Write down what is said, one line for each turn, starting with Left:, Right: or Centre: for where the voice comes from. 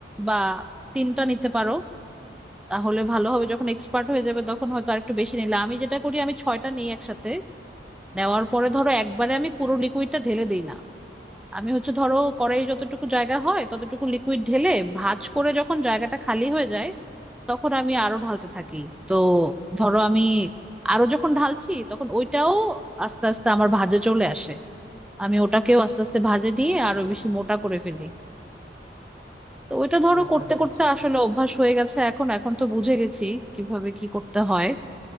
Centre: বা তিনটা নিতে পারো তাহলে ভালো হবে যখন এক্সপার্ট হয়ে যাবে তখন হয়তো আরেকটু বেশি নিলে আমি যেটা করি আমি ছয়টা নিই একসাথে নেওয়ার পরে ধরো একবারে আমি পুরো লিকুইডটা ঢেলে দিই না আমি হচ্ছে ধরো কড়াইয়ে যতটুকু জায়গা হয় ততটুকু লিকুইড ঢেলে ভাঁজ করে যখন জায়গাটা খালি হয়ে যায় তখন আমি আরো ঢালতে থাকি তো ধরো আমি আরো যখন ঢালছি তখন ওইটাও আস্তে আস্তে আমার ভাঁজে চলে আসে আমি ওটাকেও আস্তে আস্তে ভাজে নিয়ে
Right: ও আচ্ছা
Centre: আরো
Right: আচ্ছা
Centre: বেশি মোটা করে ফেলি তো ওইটা ধরো
Right: বুঝতে
Centre: করতে
Right: পেরেছি
Centre: করতে আসলে অভ্যাস হয়ে গেছে এখন এখন তো বুঝে গেছি কিভাবে কি করতে হয়